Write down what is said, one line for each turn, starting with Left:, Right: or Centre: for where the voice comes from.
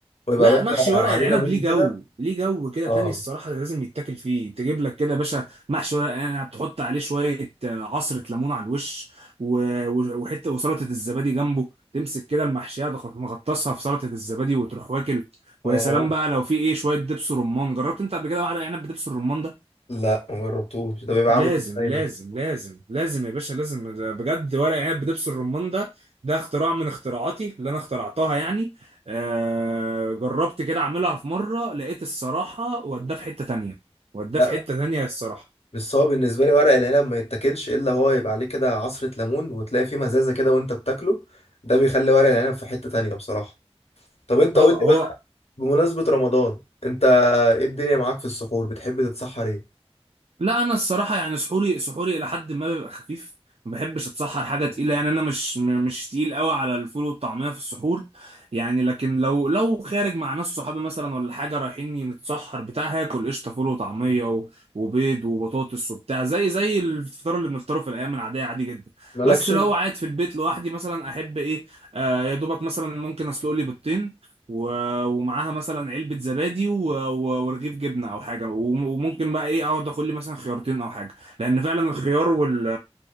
Left: ويبقى
Right: لا
Left: باشا
Right: محشي ورق
Left: عليه
Right: العنب
Left: ليمون
Right: ليه جو
Left: كده
Right: ليه جو كده
Left: اه
Right: تاني الصراحة لازم يتاكل فيه تجيب لك كده يا باشا محشي ورق العنب تحط عليه شوية آه، عصرة ليمون على الوش و- و- وحتة وسلطة الزبادي جنبه تمسك كده المحشية تخ- مغطسها في سلطة الزبادي وتروح واكل ويا
Left: اه
Right: سلام بقى لو في ايه شوية دبس رمان جربت انت قبل كده واحدة عنب بدبس الرمان ده
Left: لا ما جربتوش ده بيبقى
Right: لازم
Left: عامل ازاي
Right: لازم
Left: ده
Right: لازم لازم يا باشا لازم ده بجد ورق عنب بدبس الرمان ده ده اختراع من اختراعاتي اللي انا اخترعتها يعني آه جربت كده اعملها في مره لقيت الصراحه وداه في حته تانية وداه
Left: لا
Right: في حته تانية الصراحه
Left: بس هو بالنسبة لي ورق العنب ما يتاكلش إلا هو يبقى عليه كده عصرة ليمون وتلاقي فيه مزازة كده وأنت بتاكله ده بيخلي ورق العنب في حتة تانية بصراحة طب أنت
Right: طب
Left: قول
Right: هو
Left: لي بقى بمناسبة رمضان أنت إيه الدنيا معاك في السحور بتحب تتسحر إيه؟
Right: لا انا الصراحه يعني سحوري سحوري الى حد ما بيبقى خفيف ما بحبش اتسحر حاجه تقيله يعني انا مش م- مش تقيل قوي على الفول والطعميه في السحور يعني لكن لو لو خارج مع ناس صحابي مثلا ولا حاجه رايحين نتسحر بتاع هاكل قشطه فول وطعميه و- وبيض وبطاطس وبتاع زي زي الفطار اللي بنفطره في الايام العاديه عادي جدا
Left: مالكشن
Right: بس لو قاعد في البيت لوحدي مثلا احب ايه آه يا دوبك مثلا ممكن اسلق لي بيضتين و- ومعاها مثلا علبة زبادي و- و- ورغيف جبنة أو حاجة وم- وممكن بقى إيه أقعد آكل لي مثلا خيارتين أو حاجة لأن فعلا الخيار وال